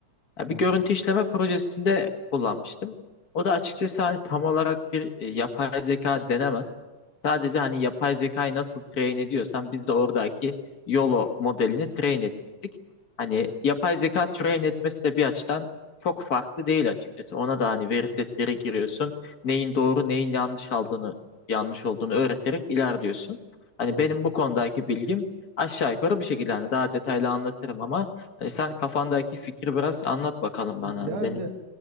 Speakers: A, on the left (about 35°); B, on the right (about 55°).
A: Ya bir
B: Hı hı.
A: görüntü işleme projesinde kullanmıştım. O da açıkçası hani tam olarak bir e, yapay zeka denemez. Sadece hani yapay zekayı nasıl train ediyorsan biz de oradaki YOLO modelini train etmiştik. Hani yapay zeka train etmesi de bir açıdan çok farklı değil açıkçası. Ona da hani veri setleri giriyorsun. Neyin doğru neyin yanlış aldığını yanlış olduğunu öğreterek ilerliyorsun. Hani
B: Doğru.
A: benim bu konudaki bilgim aşağı yukarı bu şekilde. Hani daha detaylı anlatırım ama Hani sen kafandaki fikri biraz anlat bakalım bana
B: Yani
A: hani benim.